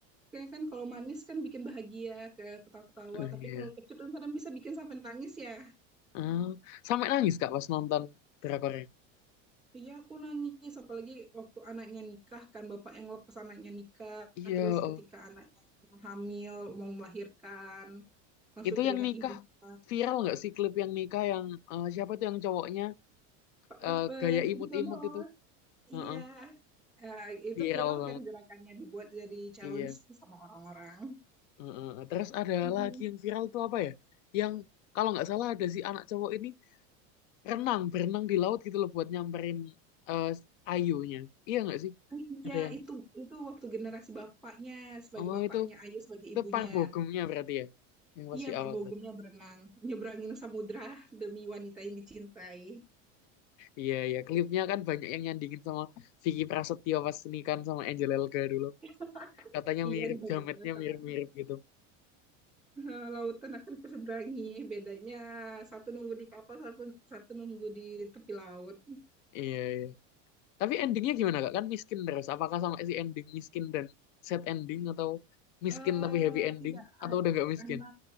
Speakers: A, in the centre; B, on the left.
A: Kayak kan kalau manis kan bikin bahagia, ke ketawa-ketawa,
B: Eh,
A: tapi
B: Iya.
A: kalau kecut kan kadang bisa bikin sampai nangis ya.
B: Ah, sampai nangis, Kak, pas nonton drakornya.
A: Iya, aku nangis. Apalagi waktu anaknya nikah, kan bapak yang lepas anaknya nikah.
B: Iya,
A: Terus
B: heeh.
A: ketika anaknya hamil, mau melahirkan, langsung
B: Itu
A: teringat
B: yang nikah
A: ibunya.
B: viral nggak sih klip yang nikah yang eh, siapa tuh yang cowoknya eh,
A: Apa,
B: gaya imut-imut
A: gitu loh.
B: itu?
A: Iya.
B: Heeh.
A: Eh, itu
B: Viral
A: viral
B: banget.
A: kan gerakannya dibuat jadi challenge
B: Iya.
A: sama orang-orang.
B: Heeh, terus ada
A: Mhm.
B: lagi yang viral tuh apa ya? Yang kalau nggak salah ada si anak cowok ini renang, berenang di laut gitu loh buat nyamperin eh, ayunya. Iya nggak sih?
A: Eh, Iya,
B: Ada yang,
A: itu itu waktu generasi bapaknya sebagai
B: oh
A: bapaknya,
B: itu,
A: Ayu sebagai
B: itu
A: ibunya.
B: Parbogemnya berarti ya? Yang pas
A: Iya,
B: di
A: Pak
B: awal
A: Bogumnya
B: tadi.
A: berenang, nyebrangin samudra demi wanita yang dicintai.
B: Iya, iya. Klipnya kan banyak yang nyandingin sama Vicky Prasetyo pas nikahan sama Angel Elga dulu.
A: <laughs>
B: Katanya
A: Iya
B: mirip,
A: dibandingin
B: jametnya
A: sama
B: mirip-mirip gitu.
A: eh, lautan akan ku seberangi. Bedanya satu nunggu di kapal, satu, satu nunggu di tepi laut.
B: Iya, iya. Tapi endingnya gimana kak? Kan miskin terus. Apakah sama si ending miskin dan sad ending atau miskin
A: eh
B: tapi happy ending
A: tidak, a-
B: atau udah nggak miskin?
A: karena